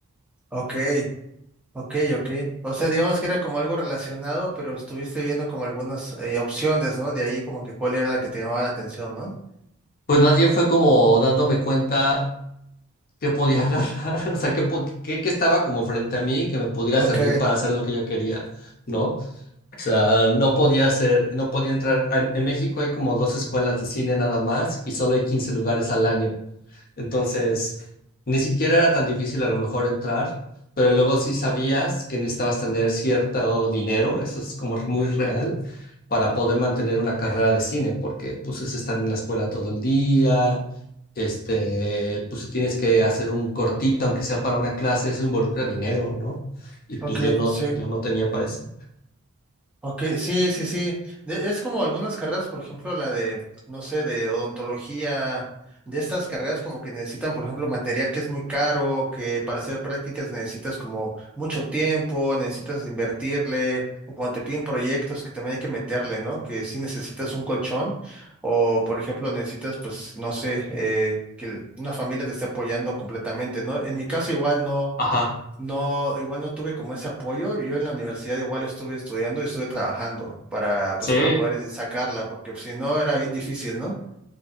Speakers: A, in the centre; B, on the left.
A: ok. Ok, ok. O sea, digamos que era como algo relacionado, pero estuviste viendo como algunas eh, opciones, ¿no? De ahí como que cuál era la que te llamaba la atención, ¿no?
B: Pues más bien fue como dándome cuenta que podía <laughs> agarrar, o sea, que, po- que, que estaba como frente a mí que me pudiera
A: Ok,
B: servir para hacer lo que yo quería, ¿no? O sea, no podía hacer, no podía entrar. En, en México hay como dos escuelas de cine nada más y solo hay 15 lugares al año. Entonces, ni siquiera era tan difícil a lo mejor entrar, pero luego sí sabías que necesitabas tener cierto dinero, eso es como muy real, para poder mantener una carrera de cine, porque pues es estar en la escuela todo el día, este, pues si tienes que hacer un cortito, aunque sea para una clase, eso involucra dinero, ¿no? Y pues
A: ok,
B: yo no,
A: sí.
B: yo no tenía para eso.
A: Ok, sí, sí, sí. De- es como algunas carreras, por ejemplo, la de, no sé, de odontología, de estas carreras como que necesitan, por ejemplo, material que es muy caro, que para hacer prácticas necesitas como mucho tiempo, necesitas invertirle, o cuando te piden proyectos que también hay que meterle, ¿no? Que sí necesitas un colchón, o por ejemplo, necesitas, pues, no sé, eh, que el- una familia te esté apoyando completamente, ¿no? En mi caso igual no.
B: Ajá,
A: No, igual no tuve como ese apoyo. Yo en la universidad igual estuve estudiando y estuve trabajando para,
B: sí.
A: pues, para poder sacarla, porque pues, si no era bien difícil, ¿no?